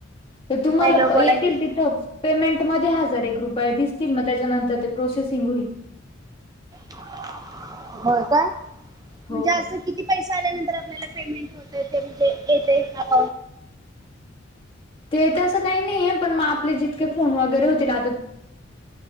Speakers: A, on the left; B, on the right.
A: तुम्हाला
B: हॅलो बोला
A: येतील
B: की
A: तिथंच. पेमेंट मध्ये हजार एक रुपये दिसतील मग त्याच्यानंतर ते प्रोसेसिंग होईल.
B: हो का
A: हो
B: म्हणजे असं किती पैसे आल्यानंतर आपल्याला पेमेंट होतय ते म्हणजे येतेय आप
A: ते तस काही नाहीये पण मग आपले जितके फोन वगैरे होतील आता